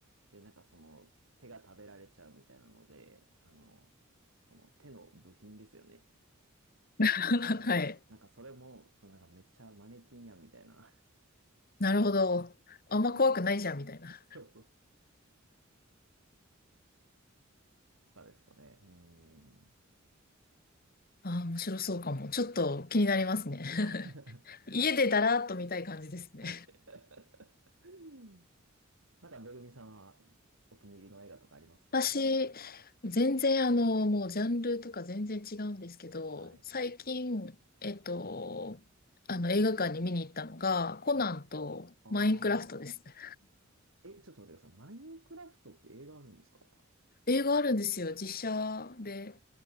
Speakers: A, on the right (about 65°); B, on the left (about 45°).
A: で、なんかその手が食べられちゃうみたいなので、あの、その手の部品ですよね。
B: <laughs> はい。
A: あ、なんかそれも、こうなんかめっちゃマネキンやんみたいな。
B: なるほど。あんま怖くないじゃんみたいな。
A: <laughs> そうそう。かですかね。うーん。
B: ああ、面白そうかも。ちょっと気になりますね。<laughs>
A: <laughs>
B: 家でだらーっと見たい感じですね。
A: はい。<laughs> なんか、めぐみさんはお気に入りの映画とかありますか
B: 私、全然あの、もうジャンルとか全然違うんですけど、
A: はい。
B: 最近、えっと、あの映画館に見に行ったのが、コナンとマインクラフトですね。
A: はい。ああ。え、ちょっと待ってください。マインクラフトって映画あるんですか
B: 映画あるんですよ、実写で。